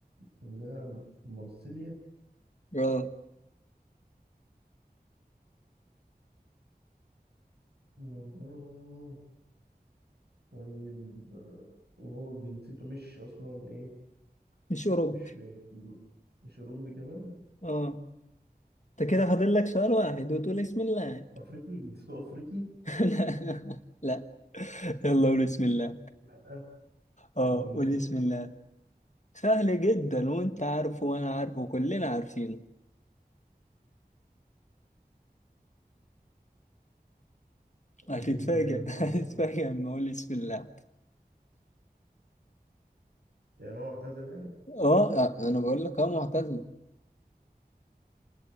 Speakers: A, on the right (about 85°); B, on the left (about 45°).
A: كان بيلعب في مارسيليا
B: اه
A: آه، طيب آه، وهو جنسيته مش أصلا إيه
B: مش أوروبي
A: مش مش أوروبي كمان
B: اه انت كده فاضل لك سؤال واحد وتقول اسم الله
A: أفريقي جنسيته أفريقي
B: <laughs> لا لا يلا قول بسم الله
A: لأ
B: اه
A: أمال مين
B: قول
A: طيب
B: بسم الله سهل جدا وانت عارفه وانا عارفه كلنا عارفينه هتتفاجئ
A: طيب، آه،
B: <laughs> هتتفاجئ لما اقول بسم الله
A: يعني هو اعتزل يعني
B: اه
A: فاكر
B: آه، انا بقول لك اه معتزل